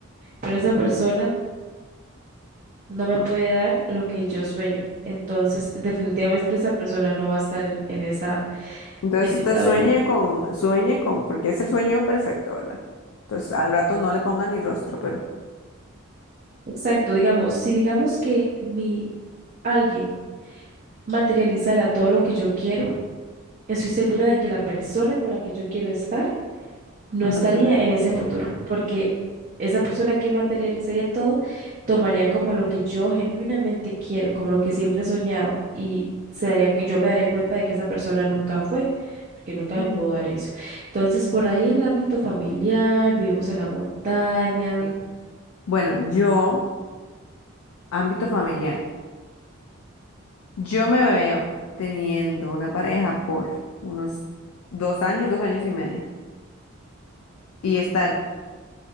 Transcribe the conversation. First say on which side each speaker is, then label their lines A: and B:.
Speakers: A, on the right; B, on the left.
A: Pero esa persona no me puede dar lo que yo sueño. Entonces, definitivamente esa persona no va a estar en, en esa,
B: Entonces
A: en
B: usted
A: esa
B: sueñe
A: vida.
B: con, sueñe con, porque es el sueño perfecto, ¿verdad? Entonces al rato no le ponga ni rostro, pero
A: Exacto, digamos, si digamos que mi alguien materializara todo lo que yo quiero, estoy segura de que la persona con la que yo quiero estar no
B: no
A: estaría
B: se lo.
A: en ese futuro, porque esa persona que materializaría todo tomaría como lo que yo genuinamente quiero, como lo que siempre he soñado, y se daría, yo me daría cuenta de que esa persona nunca fue, porque nunca
B: Ujú,
A: me pudo dar eso. Entonces, por ahí en el ámbito familiar, vivimos en la montaña,
B: sí. Bueno, yo, ámbito familiar. Yo me veo teniendo una pareja por unos dos años, dos años y medio. Y estar,